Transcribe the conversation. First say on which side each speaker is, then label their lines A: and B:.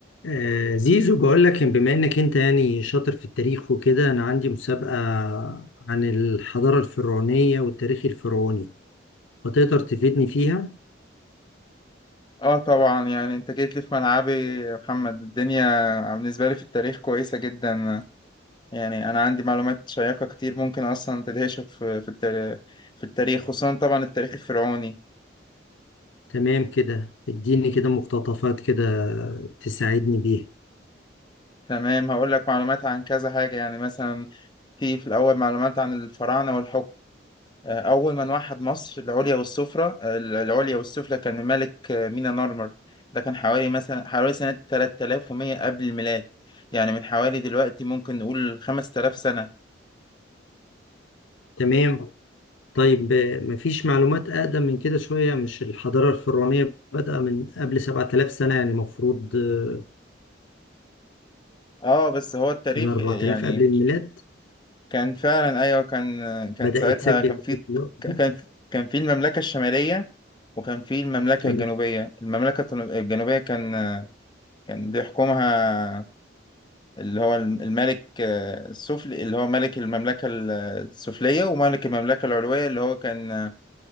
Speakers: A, on the left; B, on the left.
A: آه، زيزو بقول لك إن بما انك انت يعني شاطر في التاريخ وكده انا عندي مسابقة عن الحضارة الفرعونية والتاريخ الفرعوني فتقدر تفيدني فيها
B: اه طبعا يعني انت جيت لي في ملعبي يا محمد الدنيا بالنسبة لي في التاريخ كويسة جدا يعني انا عندي معلومات شيقة كتير ممكن اصلا تدهشك في في التاريخ في التاريخ خصوصا طبعا التاريخ الفرعوني
A: تمام كده اديني كده مقتطفات كده تساعدني بيها
B: تمام هقول لك معلومات عن كذا حاجة يعني مثلا في في الاول معلومات عن الفراعنة والحكم آه، اول من وحد مصر العليا والسفرة آه، العليا والسفلى كان ملك آه، مينا نارمر ده كان حوالي مثلا حوالي سنة 3100 قبل الميلاد يعني من حوالي دلوقتي ممكن نقول 5000 سنة
A: تمام طيب آه، مفيش معلومات اقدم من كده شوية مش الحضارة الفرعونية بدأ من قبل 7000 سنة يعني مفروض آه،
B: اه بس هو التاريخ
A: من 4000
B: يعني
A: قبل الميلاد
B: كان فعلا ايوه كان كان
A: بدأ
B: ساعتها
A: يتسجل
B: كان في
A: في الوقت
B: كان
A: ده.
B: كان في المملكه الشماليه وكان في المملكه
A: تمام
B: الجنوبيه المملكه التن- الجنوبيه كان كان بيحكمها اللي هو الملك آه، السفلي اللي هو ملك المملكه السفليه وملك المملكه العلويه اللي هو كان